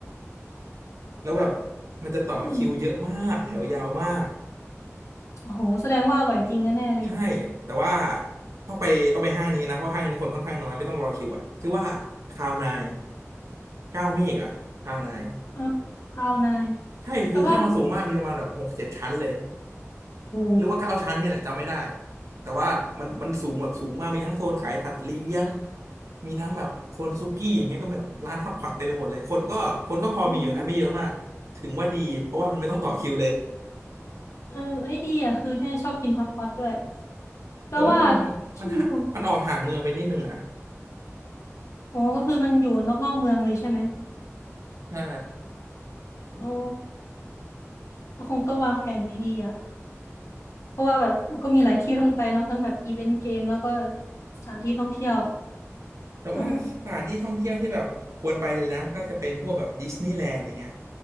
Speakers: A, on the right; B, on the left.
A: แล้วแบบมันจะต่อคิวเยอะมากแถวยาวมาก
B: อืมโหแสดงว่าอร่อยจริงแน่ๆเลย
A: ใช่แต่ว่าต้องไปต้องไปห้างนี้นะเพราะห้างนี้คนค่อนข้างน้อยไม่ต้องรอคิวอะชื่อว่าคาวนายเก้าเมฆอะคาวนาย
B: เออคราวนาย
A: ใช่คือห้างมันสูงมากมีประมาณแบบหกเจ็ดชั้นเลย
B: แต่ว่าโห
A: หรือว่าเก้าชั้นเนี่ยแหละจำไม่ได้แต่ว่ามันมันสูงแบบสูงมากมีทั้งโซนขายสัตว์เลี้ยงมีทั้งแบบโซนซุกี้อย่างเงี้ยก็แบบร้านฮอตพอตเต็มไปหมดเลยคนก็คนก็พอมีอยู่นะไม่เยอะมากถึงว่าดีเพราะว่ามันไม่ต้องต่อคิวเลย
B: อืมเออเอ้ยดีอ่ะคือเนี่ยชอบกินฮอตพอตด้วย แต่ว่า
A: แต่ว่ามัน
B: ชื่อของ
A: มันห่ามันออกห่างเมืองไปนิดนึงอ่ะ
B: อ๋อก็คือมันอยู่นอกนอกเมืองเลยใช่ไหม
A: ใช่
B: โอ้ก็คงต้องวางแผนดีๆอ่ะเพราะว่าแบบก็มีหลายที่ลงไปเนาะทั้งแบบอีเวนต์เกมแล้วก็สถานที่ท่องเที่ยว
A: แต่ว่าสถานที่ท่องเที่ยวที่แบบควรไปเลยนะก็จะเป็นพวกแบบดิสนีย์แลนด์อย่างเงี้ย
B: เออ